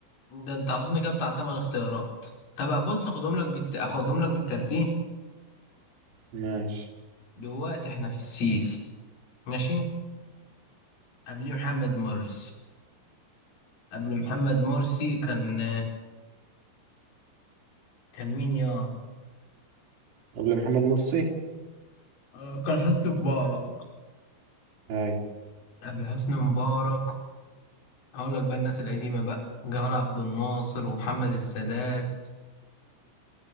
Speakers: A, on the left (about 85°); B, on the right (about 80°).
A: ده انت عطيتني كده بتاع تمن اختيارات طب بص اخدهم لك بالت... اخدهم لك بالترتيب
B: ماشي
A: دلوقتي احنا في السيسي ماشي قبليه محمد مرسي قبل محمد مرسي كان كان مين يا
B: قبل محمد مرسي
A: آه، كان حسني مبارك
B: ايوه
A: قبل حسني مبارك اقول لك بقى الناس القديمه بقى جمال عبد الناصر ومحمد السادات